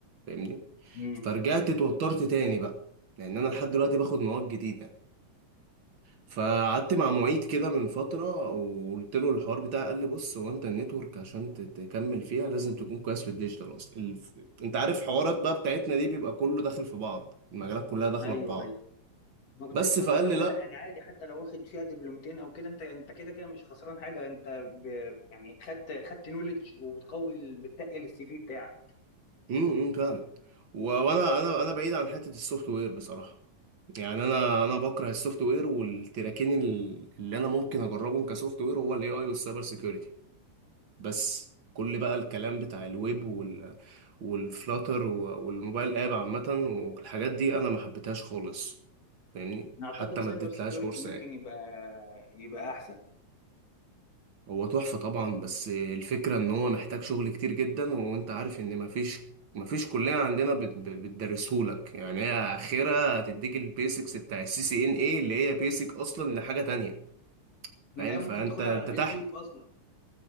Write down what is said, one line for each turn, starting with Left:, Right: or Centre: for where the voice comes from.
Right: فاهمني
Left: امم
Right: فرجعت اتوترت تاني بقى لان انا لحد دلوقتي باخد مواد جديدة فقعدت مع معيد كده من فترة وقلت له الحوار بتاعي قال لي بص هو انت النتورك عشان ت- تكمل فيها لازم تكون كويس في الديجيتال اصلا الف... انت عارف حوارات بقى بتاعتنا دي بيبقى كله داخل في بعض المجالات كلها داخلة
Left: ايوه
Right: في بعض
Left: ايوه ما كنت
Right: بس
Left: لسه
Right: فقال
Left: اقول لك عامه
Right: لي لا
Left: يعني عادي حتى لو واخد فيها دبلومتين او كده انت انت كده كده مش خسران حاجه انت ب... يعني خدت خدت نولج وبتقوي ال- بتقل السي في بتاعك
Right: امم إمم، فعلا و- وانا انا انا بعيد عن حته السوفت وير بصراحه يعني انا انا بكره السوفت وير والتراكين ال- اللي انا ممكن اجربهم كسوفت وير هو الاي اي والسايبر سيكيورتي بس كل بقى الكلام بتاع الويب وال والفلاتر و- والموبايل اب عامه والحاجات دي انا ما حبيتهاش خالص فاهمني
Left: اعتقد
Right: حتى
Left: سايبر
Right: ما اديتلهاش
Left: سيكيورتي
Right: فرصه
Left: ممكن
Right: يعني
Left: يبقى يبقى احسن
Right: هو تحفة طبعا بس الفكرة ان هو محتاج شغل كتير جدا وانت عارف ان مفيش مفيش كلية عندنا بت- ب- بتدرسهولك يعني هي اخرها هتديك البيسكس بتاع السي سي ان اي اللي هي بيسك اصلا لحاجة تانية
Left: لا
Right: فاهم فانت
Left: ممكن تاخدها
Right: انت
Left: على اليوتيوب
Right: تحت
Left: اصلا